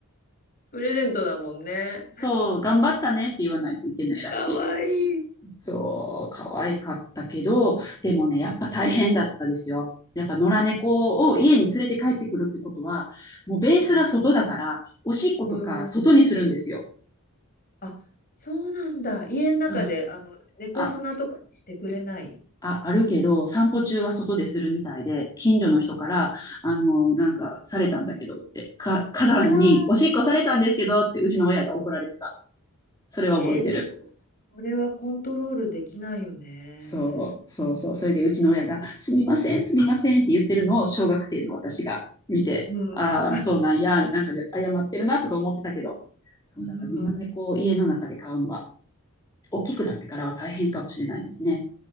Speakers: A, on the left (about 40°); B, on the left (about 15°).
A: プレゼントだもんね。
B: そう、頑張ったねって言わないといけないらしい。
A: かわいい。
B: そう、可愛かったけど、でもね、やっぱ大変だったですよ。やっぱ野良猫を家に連れて帰ってくるってことは、もうベースが外だから、
A: うん。
B: おしっことか外にするんですよ。
A: うんあ、そうなんだ。家の中で、
B: そう
A: あの、猫砂とかにしてくれない。
B: あ、あ、あるけど、散歩中は外でするみたいで、近所の人から、あの、なんか、されたんだけどって、か、花壇に、
A: あ
B: おしっこされたんですけどって、うちの親が怒られてた。それは覚えてる。
A: ーえーでも、それはコントロールできないよね。
B: そう、そうそう。それで、うちの親が、すみません、すみませんって言ってるのを、小学生の私が見て、
A: うん。
B: ああ、そうなんや、なんかで、謝ってるなとか思ってたけど、そう、
A: うん。
B: だから、野良猫を家の中で飼うのは、大きくなってからは大変かもしれないですね。